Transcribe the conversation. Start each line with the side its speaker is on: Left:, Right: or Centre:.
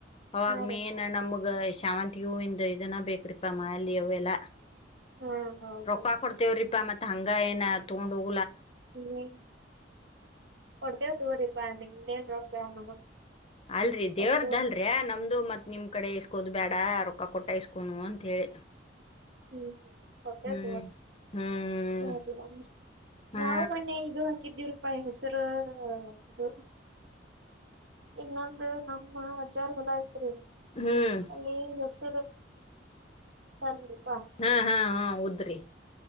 Left: ಅವಾಗ
Right: ಹಾ ರೀ
Left: ಮೇನ್ ನಮ್ಗ ಇಷ್. ಶಾವಂತ್ಗಿ ಹೂವಿಂದ ಇದನ್ನ ಬೇಕ್. ತ್ರೀಪಾ ಮಾಲಿ ಅವು ಎಲ್ಲಾ.
Right: ಹಾ ಹೌದ್ರಿ
Left: ರೊಕ್ಕಾ ಕೊಡ್ತೇವ ರಿಪ್ಪಾ ಮತ್ತ್. ಥಂಗ ಏನ ಥೊಗೊಂಡ ಹೋಗು.
Right: <unintelligible> ಕೊಡ್ತೇವ ತೊಗೊರಿಪ್ಪಾ ನಿಗ್ದ ಏನ್ ರೋಪಯಾ ನಮಗ್
Left: ಅಲ್ರರಿ
Right: ಕೊಡ್ತೇವ್
Left: ದೇವ್ರದ ಅಲ್ರ ನಮ್ದು ಮತ್ ನಿಮ್ ಕಡೆ ಇಸ್ ಕುದ್ ಬೇಡ ರೊಕ್ಕ ಕೊಟ್ಟ ಇಸ್ಕೋನು ಅಂತ ಹೇಳಿ.
Right: ಹ್ಮ್ ಹ್ಮ್ ಕೊಡ್ತೈತಿ
Left: ಹ್ಮ್
Right: ಇವತ್
Left: ಹ್ಮ್
Right: <unintelligible>
Left: ಹಾ
Right: ನಾವು ಮೊನ್ನೆ ಇದು. ಕಿದ್ದಿರೂಪಾಯ ಹೆಸರು ಅದು ಇನ್ನೊಂದು ನಮ್ಮ ಅಜ್ಜ ರ್ ಹೋಲ ಆಯ್ತ. ತ್ರಿ
Left: ಹ್ಮ್
Right: ಅಲ್ಲಿ ಹೊಸ್. <unintelligible>
Left: ಹಾ ಹಾ ಹಾ ಉದ್ರಿ.